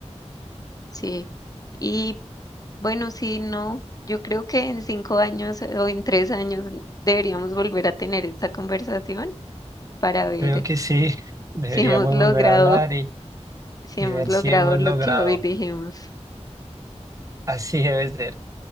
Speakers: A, on the left; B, on the right.
A: sí. Y bueno, sí, no, yo creo que en cinco años eh, o en tres años deberíamos volver a tener esta conversación para ver
B: Creo que sí, <laughs> deberíamos
A: si hemos logrado,
B: volver a hablar
A: si
B: y
A: hemos
B: ver
A: logrado
B: si hemos
A: lo
B: logrado.
A: que hoy dijimos.
B: Así debe ser,